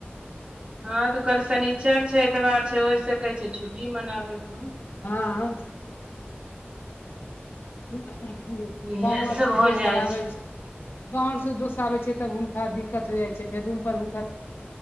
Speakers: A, on the right; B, on the left.
A: हँ तऽ कल शनिचर छै एतबार छै होय सकै छै छुट्टी मनाबैके होइ।
B: हँ। <unintelligible>
A: इएह
B: गाँंव और
A: सब
B: से
A: हो
B: दोस्त
A: जाइ
B: आर आबै छै। गाँव से दोस्त आबेै छै तब हुनका दिक्कत हो जाय छै फेर रूम पर हुनकर।